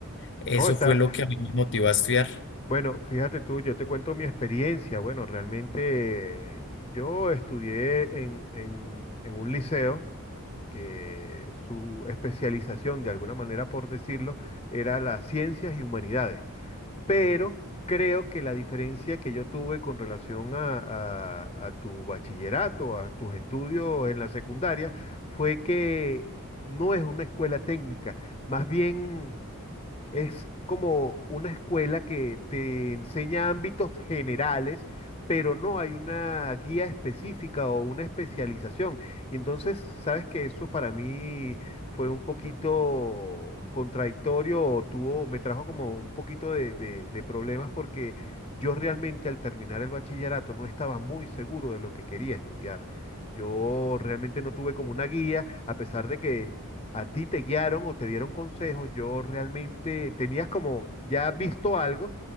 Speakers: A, on the left; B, on the left.
A: Eso
B: No, está,
A: fue lo que a mí me motivó a estudiar.
B: bueno, fíjate tú, yo te cuento mi experiencia. Bueno, realmente eh, yo estudié en, en, en un liceo que su especialización, de alguna manera por decirlo, era las ciencias y humanidades. Pero creo que la diferencia que yo tuve con relación a, a a tu bachillerato, a tus estudios en la secundaria, fue que no es una escuela técnica, más bien es como una escuela que te enseña ámbitos generales, pero no hay una guía específica o una especialización. Y entonces, sabes que eso para mí fue un poquito contradictorio o tuvo, me trajo como un poquito de, de de problemas porque yo realmente al terminar el bachillerato no estaba muy seguro de lo que quería estudiar. Yo realmente no tuve como una guía, a pesar de que a ti te guiaron o te dieron consejos, yo realmente tenías como ya visto algo